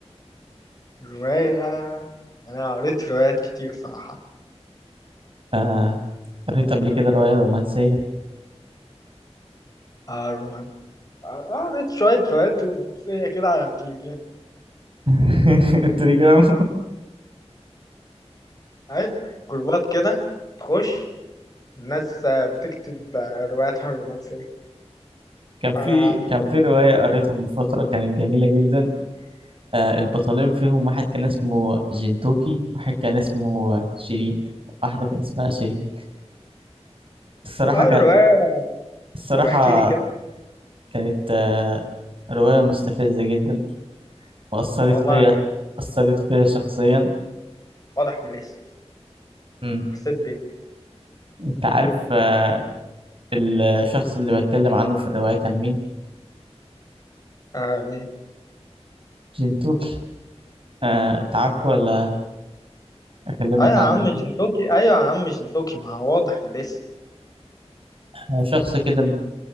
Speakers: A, on the left; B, on the right.
A: رواية أنا قريت روايات كتير صراحة
B: آه قريت قبل كده رواية رومانسية
A: آه رومان قعدت شوية شوية رومانسية كده على التليفزيون
B: <laughs> تريجر
A: أهي جروبات كده تخش الناس آه، بتكتب آه، رواياتها الرومانسية
B: كان في
A: أنا يعني
B: كان في رواية قريتها من فترة كانت جميلة جدا آه البطلين فيهم واحد كان اسمه جنتوكي واحد كان اسمه آه، شيرين واحدة كان اسمها شيرين الصراحة
A: آه
B: كان
A: الرواية
B: الصراحة
A: طب احكي لي كده
B: كانت آه رواية مستفزة جدا وأثرت
A: والله
B: فيا
A: أنا
B: أثرت فيا شخصيا
A: واضح من الاسم
B: مم.
A: حسيت بإيه
B: أنت عارف آه الشخص اللي بتكلم عنه في الرواية كان مين؟
A: آه مين
B: جنتوكي آه تعرفه ولا أكلمك
A: أيوة يا
B: عنه؟
A: عم جنتوكي أيوة يا عم جنتوكي ما هو واضح من الاسم
B: أكتر؟ شخص كده